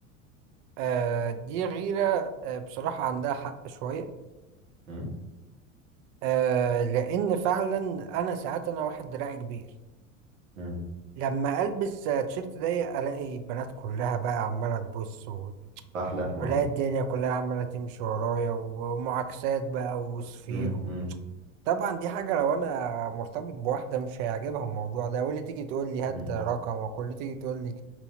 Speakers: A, on the right; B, on the right.
A: آه دي غيرة آه بصراحة عندها حق شوية
B: مم.
A: آه لان فعلا انا ساعات انا واحد دراعي كبير
B: مم.
A: لما البس تيشيرت ضيق الاقي البنات كلها بقى عماله تبص و-
B: فاحلى واو.
A: والاقي الدنيا كلها عماله تمشي ورايا ومعاكسات بقى وصفير
B: مم.
A: و...
B: مم.
A: طبعا دي حاجه لو انا مرتبط بواحده مش هيعجبها الموضوع ده واللي تيجي تقول لي هات
B: مم.
A: رقمك واللي تيجي تقول لي